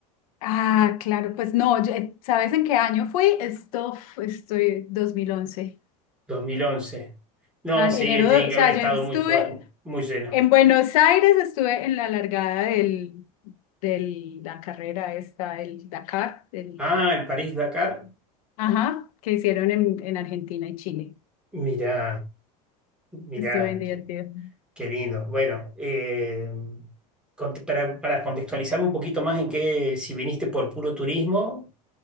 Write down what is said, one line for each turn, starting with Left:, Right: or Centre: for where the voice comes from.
Left: Ah, claro, pues no, yo- eh, ¿sabes en qué año fui? Esto, fu- estoy 2011.
Centre: dos mil once. No,
Left: Ah, enero,
Centre: sí, tiene
Left: do-
Centre: que
Left: o sea,
Centre: haber estado
Left: yo estuve
Centre: muy, fue- muy lleno.
Left: en Buenos Aires, estuve en la largada del, del, la carrera esta, el Dakar, del,
Centre: Ah, el París-Dakar.
Left: ajá, que hicieron en, en Argentina y Chile.
Centre: Mirá, mirá,
Left: Estuve bien divertido.
Centre: qué, qué lindo. Bueno, eh, cont- para, para contextualizarme un poquito más en qué, si viniste por puro turismo,